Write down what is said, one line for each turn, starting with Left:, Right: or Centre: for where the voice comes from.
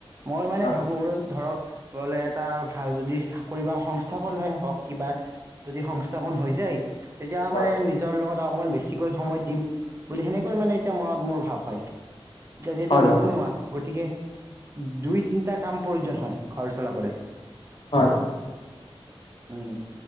Right: মই মানে
Left: হয়
Right: ভাবোঁ ধৰক ললে এটা ভাল যদি চাকৰি বা সংস্থাপন হয় হওক কিবা যদি সংস্থাপন হৈ যায় তেতিয়া
Left: হয়
Right: মানে নিজৰ লগত অকমান বেছিকৈ সময় দিম বুলি সেনেকৈ মানে এতিয়া মনত মোৰ ভাৱ হয়। এতিয়া যিহেতু
Left: হয়
Right: নিবনুৱা গতিকে দুই, তিনটা কাম প্ৰয়োজন হয় ঘৰ চলাবলৈ।
Left: হয়।
Right: উম।